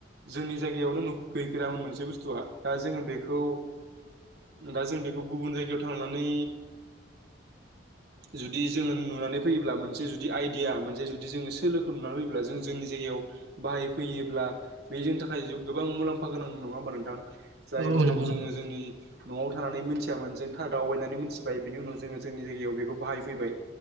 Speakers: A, on the right; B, on the right.
A: जोंनि जायगायावनो गैफेरामोन मोनसे बुस्थुआ दा जोङो बेखौ दा जों बेखौ गुबुन जायगायाव थांनानै जुदि जोङो नुनानै फैयोब्ला मोनसे जुदि आइडिया मोनसे जुदि जोङो सोलोखौ नुनानै फैयोब्ला जों जोंनि जायगायाव बाहायफैयोब्ला बे जोंनि थाखाय गोबां मुलाम्फा गोनां नङा होमबा नोंथां?
B: औ
A: जाय बुस्थुखौ
B: नंगौ
A: जोङो
B: नोंथां
A: जोंनि न'आव थानानै मोनथियामोन जों था दावबायनानै मोनथिबाय बिनि उनाव जोङो जोंनि जायगायाव बेखौ बाहायफैबाय।